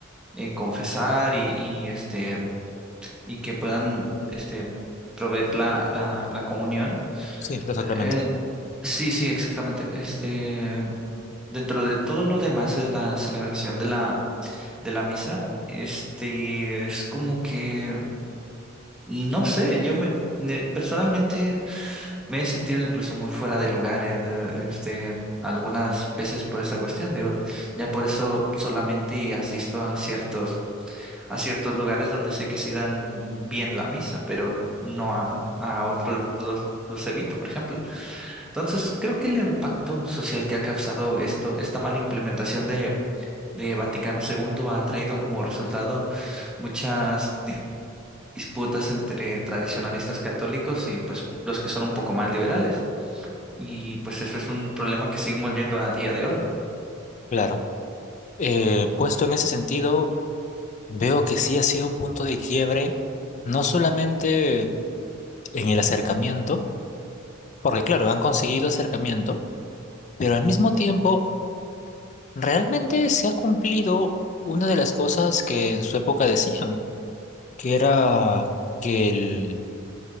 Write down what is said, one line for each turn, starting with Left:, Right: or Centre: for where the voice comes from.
Centre: eh, confesar y, y, este, y que puedan este, proveer la, la, la comunión.
Left: Sí, los sacramentos.
Centre: eh, sí, sí, exactamente. Este, dentro de todo lo demás de la celebración de la de la misa, este, es como que, no sé, yo me, me- personalmente me he sentido incluso muy fuera de lugar, eh, de- este, algunas veces por esta cuestión, digo, ya por eso solamente asisto a ciertos, a ciertos lugares donde sé que sí dan bien la misa, pero no a, a otros los, los evito, por ejemplo. Entonces, creo que el impacto social que ha causado esto, esta mala implementación de, de Vaticano segundo ha traído como resultado muchas di- disputas entre tradicionalistas católicos y pues los que son un poco más liberales. Y pues eso es un problema que seguimos viendo a día de hoy.
Left: Claro. Eh, puesto en ese sentido, veo que sí ha sido un punto de quiebre, no solamente en el acercamiento, porque claro, han conseguido acercamiento, pero al mismo tiempo Realmente se ha cumplido una de las cosas que en su época decían, que era que el,